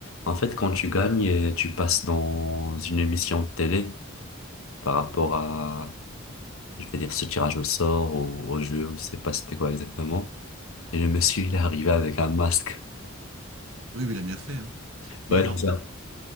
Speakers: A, on the left (about 75°); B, on the right (about 70°).
A: En fait, quand tu gagnes, euh, tu passes dans une émission de télé par rapport à, je vais dire, ce tirage au sort ou au jeu, je sais pas c'était quoi exactement. Et le monsieur, il est arrivé avec un masque.
B: Oui, mais il a bien fait, hein. Mais
A: Ouais, c'est
B: en,
A: ça.